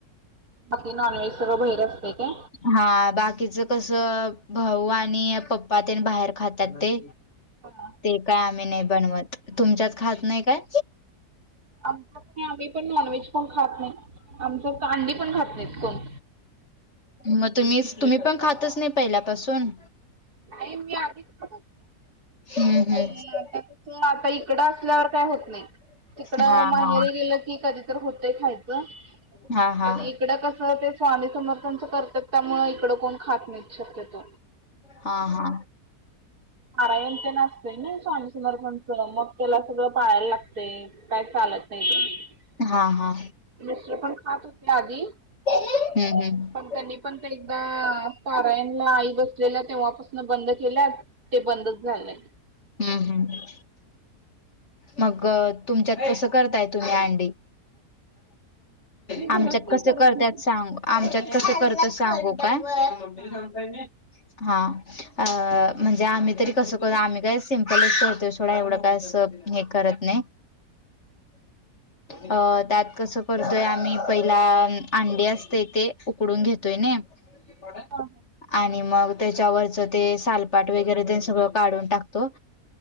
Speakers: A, on the right; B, on the left.
A: बाकी नॉनव्हेज सर्व बैर असते का
B: हा बाकीचं कसं भाऊ आणि पप्पा त्यां बाहेर खातात ते
A: हा.
B: ते काय आम्ही नाही बनवत तुमच्यात खात नाही काय
A: आम नाही आम्ही पण नॉनव्हेज कोण खात नाही आमच कांडी पण खात नाहीत कोण
B: मग तुम्ही तुम्ही पण खातच नाही पहिल्यापासून
A: नाही मी आधीचत
B: हम्म
A: पण
B: हम्म
A: आता म आता इकडं असल्यावर काय होत नाही तिकड
B: हा
A: माहेर
B: हा
A: गेलं की कधी तर होतय खायचं
B: हा हा
A: पण इकडं कस ते स्वामी समर्थनचं करतात त्यामुळे इकडं कोण खात नाही शक्यत
B: हा हा
A: मरायं ते नसते ना स्वामीसमर पणच मग त्याला सगळं पाळायला लागत ते काय चालत नाही तु्ही
B: हा हा हा
A: दुसर पण खात होते आधी
B: हम्म हम्म
A: पण त्यांनी पण एकदा पारायणला आई बसलेल्या तेव्हापासून बंद केल्यात ते बंदच झालंय
B: हम्म हम्म मग तुमच्यात कसं करताय तुम्ही अंडी
A: मी घरात
B: आमच्यात
A: काही
B: कस
A: करत
B: करतत
A: नाही.
B: सांगू आमच्यात कस करत सांगू काय
A: हा
B: हा अ म्हणजे आम्ही तरी कसं करत आम्ही काय सिम्पलतो ोडा एवढं काय असं हे करत नाही अ त्यात कसं करतोय आम्ही पहिला अंडे असते ते उकडून घेतोय न ड
A: ह हा
B: आणि मग त्याच्यावरच ते सालपाट वगैरे ते सगळं काढून टाकतो